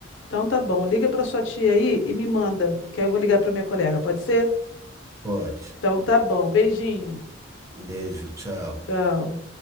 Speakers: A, on the left (about 65°); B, on the right (about 15°).
A: Então tá bom. Liga pra sua tia aí e me manda, que aí eu vou ligar pra minha colega, pode ser?
B: Pode.
A: Então tá bom. Beijinho.
B: Um beijo, tchau.
A: Tchau.